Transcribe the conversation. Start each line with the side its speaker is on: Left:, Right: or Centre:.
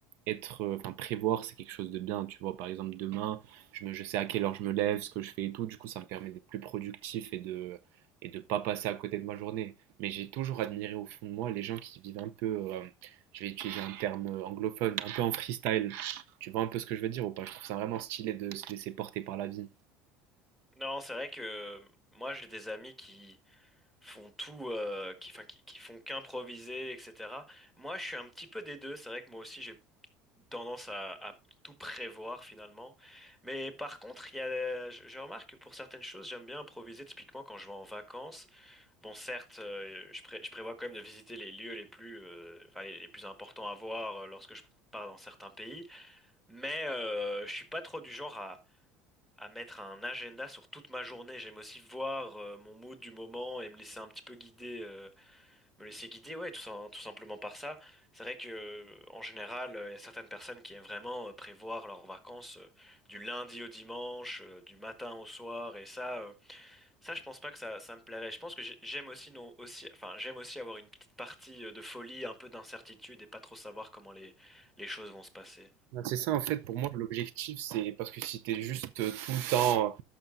Right: être, euh, enfin, prévoir, c'est quelque chose de bien. Tu vois, par exemple, demain, je me, je sais à quelle heure je me lève, ce que je fais et tout. Du coup, ça me permet d'être plus productif et de et de pas passer à côté de ma journée. Mais j'ai toujours admiré au fond de moi les gens qui vivent un peu, euh, je vais utiliser un terme euh, anglophone, un peu en freestyle. Tu vois un peu ce que je veux dire ou pas? Je trouve ça vraiment stylé de se laisser porter par la vie.
Centre: Non, c'est vrai que euh, moi j'ai des amis qui font tout, euh, qui, enfin, qui, qui font qu'improviser, etc. Moi je suis un petit peu des deux, c'est vrai que moi aussi j'ai tendance à, à tout prévoir finalement. Mais par contre, il y a, je, je remarque que pour certaines choses j'aime bien improviser, typiquement quand je vais en vacances. Bon, certes, euh, je, pré- je prévois quand même de visiter les lieux les plus, euh, enfin, les, les plus importants à voir euh, lorsque je pars dans certains pays, mais euh, je suis pas trop du genre à à mettre un agenda sur toute ma journée. J'aime aussi voir euh, mon mood du moment et me laisser un petit peu guider, euh, me laisser guider, ouais, tout, sim- tout simplement par ça. C'est vrai que euh, en général, euh, il y a certaines personnes qui aiment vraiment euh, prévoir leurs vacances euh, du lundi au dimanche, euh, du matin au soir, et ça, euh, ça, je pense pas que ça, ça me plairait. Je pense que j'ai- j'aime aussi non aussi, enfin, j'aime aussi avoir une petite partie euh, de folie, un peu d'incertitude et pas trop savoir comment les les choses vont se passer.
Right: Ben, C'est ça en fait pour moi l'objectif c'est parce que si t'es juste euh, tout le temps